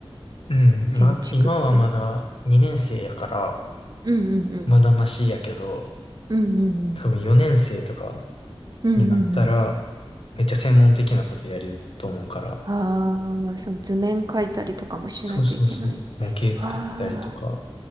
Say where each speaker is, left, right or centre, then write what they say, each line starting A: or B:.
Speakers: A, on the left; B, on the right.
A: うん。ま、
B: 建築って。
A: 今はまだ2年生やから、
B: うんうんうん。
A: まだマシやけど、
B: うんうんうん。
A: 多分4年生とか
B: うんうんうん。
A: になったら、めっちゃ専門的なことやると思うから。
B: ああ、その図面描いたりとかもしないといけない。
A: そうそうそう。模型作ったりとか。
B: わあ、